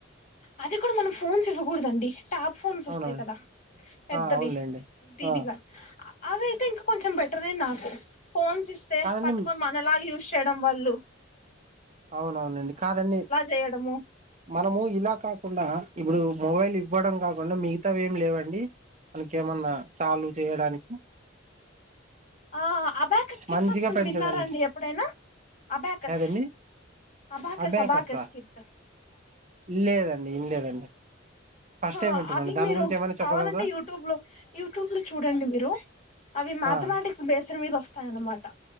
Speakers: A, on the left; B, on the right.
A: అది కూడా మనం ఫోన్స్ ఇవ్వకూడదండి స్టాట్ ఫోన్స్ వస్తాయి
B: అవునవును
A: కదా పెద్దవి
B: ఆ అవునులేండి
A: టీవీ
B: ఆ
A: లా అవైతే ఇంక్ కొంచెం బెటరే నాకు ఫోన్స్ ఇస్తే
B: కాదండి
A: పట్టుకొని మనలాగా యూజ్ చేయడం వాల్ళ్ళు
B: అవునవునండి కాదండి
A: చేయడము
B: మనము ఇలా కాకుండా ఇప్పుడు మొబైల్ ఇవ్వడం కాకుండా మిగతావి ఏమి లేవండి అనకేమన్నా సాల్వ్ చేయడానికి
A: ఆ అబాకస్ కిట్
B: మంచిగా
A: వస్తుంది
B: పెంచడండి
A: విన్నారా అండి ఎప్పుడైనా అబాకస్
B: ఏదండి
A: అబాకస్
B: అబ్యాకస్సా
A: అబాకస్ కిట్
B: లేదండి ఇన్లేదండి ఫస్ట్
A: మ్మ్
B: టైం వింటున్నాను
A: అవి
B: దాని
A: మీరు
B: గురించి ఏమైనా చెప్పగలరా
A: కావాలంటే యూట్యూబ్ లో యూట్యూబ్ లో చూడండి మీరు అవి మ్యాథమెటిక్స్
B: ఆ
A: బేస్న్ మీద వస్ స్థా అనమాట